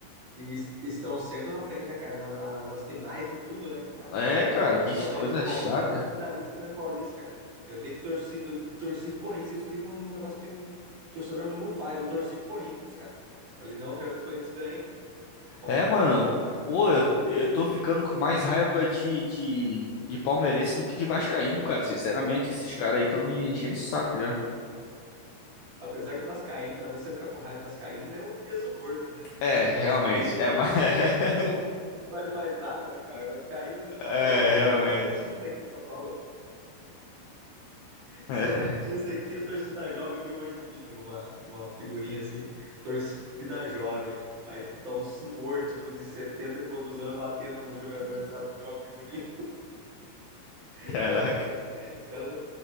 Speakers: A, on the right; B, on the left.
A: eles estão sempre na frente, né, cara? Na- na- nas finais, em tudo, né, cara?
B: É, cara,
A: Impressionante.
B: que coisa
A: No Paulista
B: chata.
A: também fui finalista também no Paulista, cara. Eu dei torcida, eu torci pro Corinthians, isso que é um negócio que o torcedor não faz. Eu torci pro Corinthians, cara. Falei, não, eu quero que o Corinthians ganhe, cara. O Palmeiras
B: É, mano.
A: de novo, cara, não
B: Pô,
A: dá.
B: eu, eu tô ficando com mais
A: é uma-
B: raiva de, de, de palmeirense do que de vascaíno, cara. Sinceramente, esses caras aí estão me enchendo o saco já.
A: apesar que o Vascaíno também, se você ficar com raiva do Vascaíno, é um peso morto, né?
B: É, realmente.
A: O Vascaíno
B: É,
A: não
B: mais
A: faz
B: <laughs>
A: quanto tempo que não, não faz mais nada, né, cara? O Vascaíno
B: é,
A: é igual,
B: realmente.
A: é igual o Santista aqui em São Paulo.
B: <laughs>
A: Você disse aqui a torcida jovem, eu vi hoje um vídeo, uma, uma figurinha assim, torcida jovem. Aí, tipo, tava um senhor, tipo, de 70 e poucos anos batendo nos jogadores, sabe, de uma figurinha. <laughs>
B: Caraca.
A: Mano, os caras